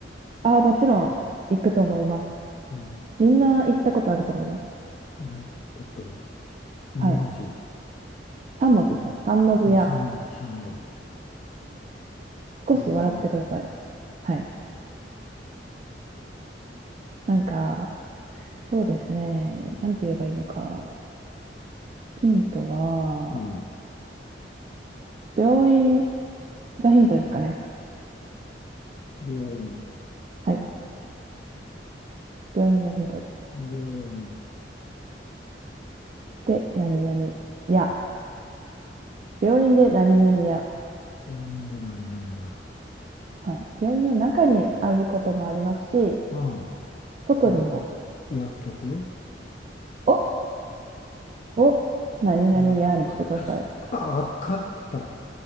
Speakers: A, on the right (about 40°); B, on the left (about 40°).
A: ああ、もちろん行くと思います。
B: うん。
A: みんな行ったことあると思います。
B: みんな行ったことがある。2文字。
A: はい。3文字ですね。3文字屋。
B: あ、3文字、3文字。
A: 少し笑ってください。
B: 何々や。
A: はい。なんか、そうですね。
B: うん。
A: なんて言えばいいのか。ヒントは、
B: うん。
A: 病院がヒントですかね。
B: 病院、
A: はい。病院がヒントです。
B: 病院、
A: で、何々屋。病院で何々や、
B: 病院で何々や。
A: はい、病院の中にあることもありますし、
B: うん。
A: 外にも、
B: や、薬局
A: お、お、何々やにしてください。
B: 薬局、くす、あ、わかった。